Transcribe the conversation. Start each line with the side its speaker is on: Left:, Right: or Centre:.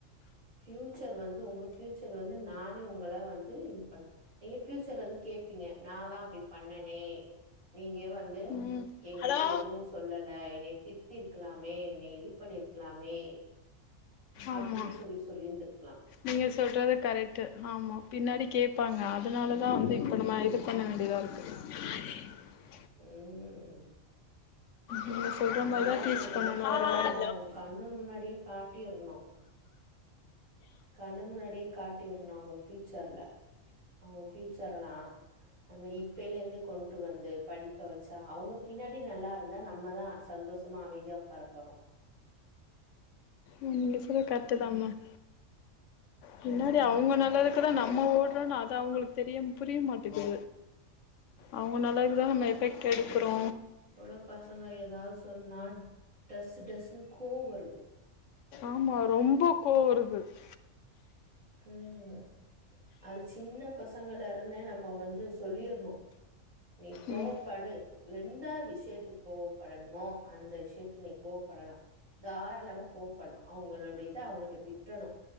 Right: ஃபியூச்சர் வந்து ஒங்க ஃபியூச்சர் வந்து நானே உங்கள வந்து இன் பண் நீங்க ஃபியூச்சர்ல வந்து கேப்பீங்க நா தா அப்டி பண்ணனே நீங்க வந்து
Left: ம்
Right: என்கிட்ட
Left: ஹலோ
Right: எதுவு சொ சொல்லல என்னைய திட்டிருக்கலாமே என்னைய இது பண்ணிருக்கலாமே
Left: ஆமா
Right: அப்டின் சொல்லி சொல்லிருந்திருக்லா
Left: நீங்க சொல்றது கரெக்ட்டு ஆமா பின்னாடி கேப் பாங்க அதனாலதா
Right: ம்,
Left: வந்து இப்ப நம்ம இது பண்ண வேண்டியதா இருக்கு ஆ <unintelligible>
Right: உஹம்
Left: நீங்க சொல்ற
Right: இந்த
Left: மாரிதா
Right: மாரி
Left: டீச்
Right: நம்ம
Left: பண்ணணு
Right: ஃப்யூச்சர
Left: ஒரு ஒரு
Right: அவுங்க கண்ணு முன்னாடியே காட் ட்டிர்னு கண்ணு முன்னாடியே காட்டிர்னு அவுங்க ஃப்யூச்சர்ல அவுங்க ஃப்யூச்சர் ல்லா நம்ம இப்பலே இருந்தே கொண்டு வந்து படிக்க வச்சா அவுங்க பின்னாடி நல்லா இருந்தா நம்மதா சந்தோஷமா அமைதியா உட்காரப்போறோ
Left: நீங்க சொல்ற கரட்டு தா மேம் பின்னாடி
Right: ம்
Left: அவுங்க நல்லாருக்கதா நம்ம ஓடுறோன்னு அது அவுங்களுக்கு தெரிய புரிய மாட்டுது அவுங்க நல்லதுகுதா நம்ம எஃபெக்ட் எடுக்குறோ
Right: இப்ப உள்ள பசங்க ஏதாவது சொன்னா டஸ் டஸ்னு கூவுவருது
Left: ஆமா ரொம்ப கோவுருது <inaudible>
Right: ம் அது சின்ன பசங்கள்ல இருந்தே நம்ம வந்து சொல்லிர்ணு நீ கோவப்படு
Left: ம்
Right: எந்த விஷயத்துக்கு கோவப்படணுமோ அந்த விஷயத்துக்கு நீ கோவப்படலா தாராளமா கோவப்படலா அவங்களோடைய இத அவங்கள்ட விட்றணு